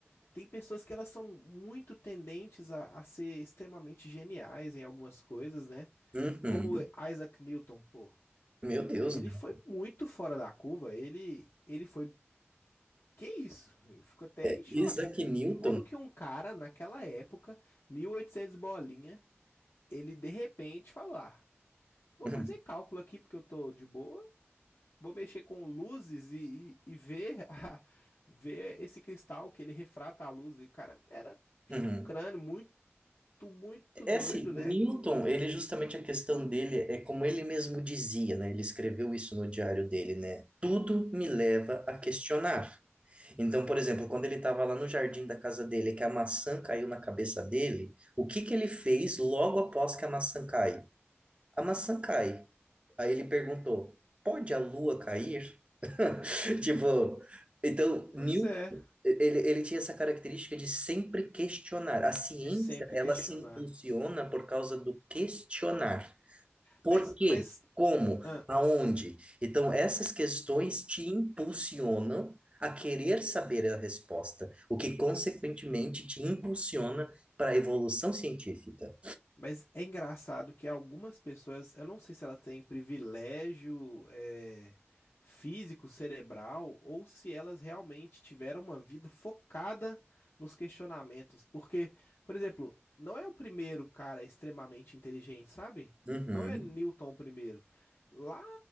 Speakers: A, on the left; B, on the right.
A: Tem pessoas que elas são muito tendentes a, a ser extremamente geniais em algumas coisas, né?
B: Uhum.
A: Como Isaac Newton, pô.
B: Meu Deus,
A: Ele
B: né?
A: foi muito fora da curva. Ele, ele foi Que isso? Eu fico até
B: É,
A: em choque.
B: Isaac Newton.
A: Como que um cara, naquela época, 1800 bolinha, ele de repente falou: Ah, vou
B: <laughs>
A: fazer cálculo aqui porque eu tô de boa, vou mexer com luzes e, e, e ver, <laughs> a- ver esse cristal que ele refrata a luz. E, cara, era
B: Uhum.
A: um crânio muito, muito doido,
B: É assim,
A: né?
B: o Newton, ele justamente a questão dele é como ele mesmo dizia, né? Ele escreveu isso no diário dele, né? Tudo me leva a questionar. Então, por exemplo, quando ele estava lá no jardim da casa dele, que a maçã caiu na cabeça dele, o que que ele fez logo após que a maçã cai? A maçã cai. Aí ele perguntou: pode a lua cair? <laughs> Tipo, então, Newton,
A: Pois é,
B: ele, ele tinha essa característica de sempre questionar. A ciência,
A: de sempre
B: ela
A: questionar.
B: se impulsiona por causa do questionar. Por
A: Mas,
B: quê?
A: mas,
B: Como?
A: ah,
B: Aonde? Então, essas questões te impulsionam a querer saber a resposta, o que, consequentemente, te impulsiona para a evolução científica.
A: Mas é engraçado que algumas pessoas, eu não sei se ela tem privilégio é, físico, cerebral, ou se elas realmente tiveram uma vida focada nos questionamentos. Porque, por exemplo, não é o primeiro cara extremamente inteligente, sabe?
B: Uhum,
A: Não é Newton o primeiro. Lá,